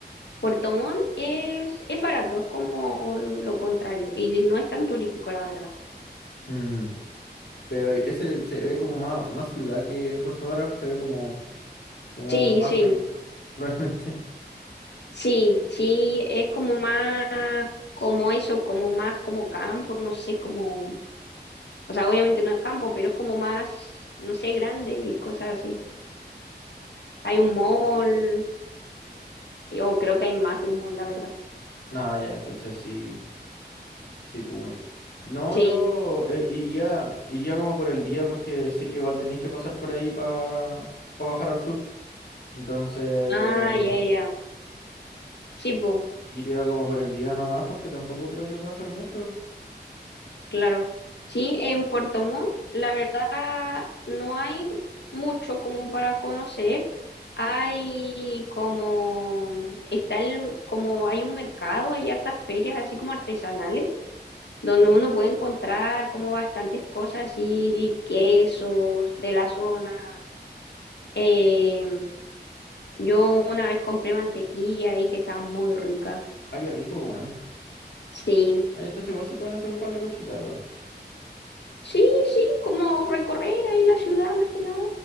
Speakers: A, on the left (about 80°); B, on the left (about 65°).
A: Puerto Montt es, es barato, es como lo contrario, y no es tan turístico, la verdad.
B: Mm, pero ese se ve como más, más ciudad que Puerto Vara, se ve como, como
A: Sí,
B: más
A: sí,
B: feíto, <laughs> probablemente
A: sí, sí, es como más, como eso, como más como campo, no sé, como O sea, obviamente no es campo, pero es como más, no sé, grande y cosas así. Hay un mall, o creo que hay más de un mall, la verdad.
B: ah ya, entonces sí, sí, pues bueno. No,
A: Sí.
B: yo eh, iría, iría como por el día porque sé que igual tenéis que pasar por ahí para bajar al sur. Entonces
A: Ah, ya, ya. Sí, pues,
B: iría como por el día nomás porque tampoco creo que pueda hacer mucho.
A: claro. Sí, en Puerto Montt, la verdad, no hay mucho como para conocer. Hay como, está el- como, hay un mercado, hay hartas ferias así como artesanales, donde uno puede encontrar como bastantes cosas así, quesos de la zona Eh, yo una vez compré mantequilla ahí que estaba muy rica.
B: Ah, qué rico, weón.
A: Sí,
B: Ah, ya, entonces igual se pueden hacer un par de cositas, weón.
A: sí, sí, como recorrer ahí la ciudad más que nada.